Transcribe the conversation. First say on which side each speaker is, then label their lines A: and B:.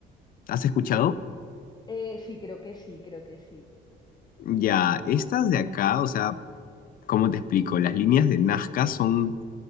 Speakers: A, on the left (about 55°); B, on the left (about 25°).
A: ¿Has escuchado?
B: Eh, sí, creo que sí, creo que sí.
A: Ya, estas de acá, o sea, ¿cómo te explico? Las líneas de Nazca son...